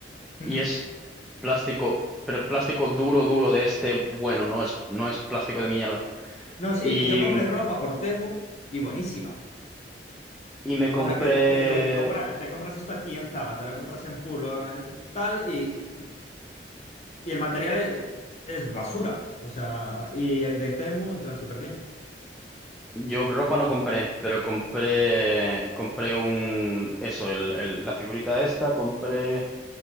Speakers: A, on the left (about 40°); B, in the centre.
A: ¿Mm?
B: Y es plástico, pero plástico duro, duro de este, bueno, no es, no es plástico de mierda.
A: No, sí,
B: Y,
A: yo compré ropa por Temu y buenísima.
B: y me compré
A: O sea, que, que digo yo, te compra- te compras esto aquí en Zara, te lo compras en Pulo, en tal, y Y el material es, es basura. O sea, y el de Temu, en plan, súper bien.
B: Yo ropa no compré, pero compré, compré un, eso, el, el- la figurita esta, compré,